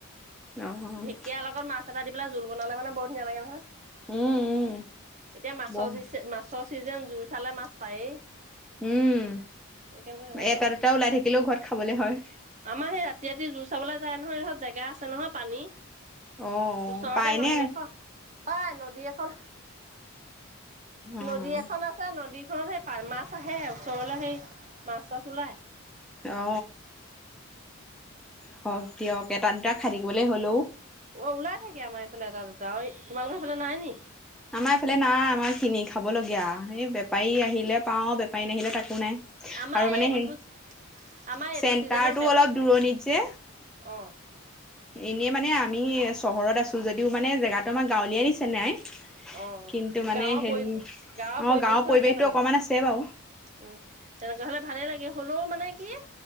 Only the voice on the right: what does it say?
ঢেঁকীয়াৰ লগত মাছ টাৰপৰা দি পেলাই জোল বনালে মানে বৰ ধুনীয়া লাগে নহয়।
এতিয়া মাছৰ
যি মাছ ছৰ চিজন জোৰ চালে মাছ পায়েই
সেইকাৰণে তেনেকে
আমাৰ সেই ৰাতি ৰাতি জোৰ চাবলৈ যায় নহয় সিহঁত জেগা আছে নহয় পানী
ওচৰতে
নদী এখন পাই নদী এখন
নদী এখন আছে নদীত খনত সেই প মাছ আহে ওচৰলৈ সেই মাছ চাছ ওলাই
অ ওলাই থাকে আমাৰ সেইফালে এটা দুটা তোমালোকৰ সেইফালে নাই নি
আমাৰ
এইটো
আমাৰ
এইটো চিজনত ব
অ
অ
গাঁৱৰ
পৰি গাঁৱৰ
পৰিৱেশতটো
আছে তাৰমানান
উম তেনেকুৱা হলে ভালেই লাগে হলেও মানে কি